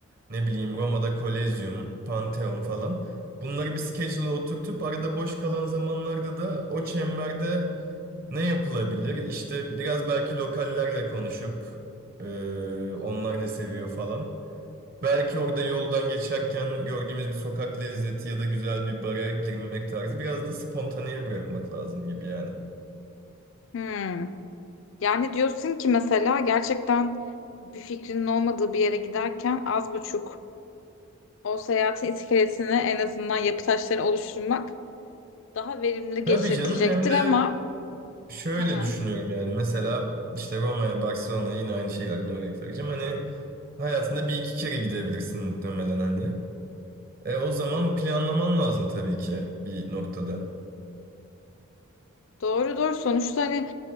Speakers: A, on the right; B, on the left.
A: ne bileyim Roma'da Kolezyum, Pantheon falan. Bunları bir schedule'a oturtup arada boş kalan zamanlarda da o çemberde ne yapılabilir? İşte biraz belki lokallerle konuşup e, onlar ne seviyor falan. Belki orada yoldan geçerken gördüğümüz bir sokak lezzeti ya da güzel bir bara girmek tarzı biraz da spontaneye bırakmak lazım gibi yani.
B: Hmm. Yani diyorsun ki mesela gerçekten bir fikrinin olmadığı bir yere giderken az buçuk o seyahatin iskelesini en azından yapı taşları oluşturmak daha verimli geçirtecektir
A: Tabii canım hem de
B: ama
A: Şöyle
B: Hı hı.
A: düşünüyorum yani mesela işte Roma'ya, Barcelona'ya yine aynı şeylerden örnek vereceğim. Hani hayatında bir iki kere gidebilirsin muhtemelen hani. E, o zaman planlaman lazım tabii ki bir noktada.
B: doğru doğru sonuçta hani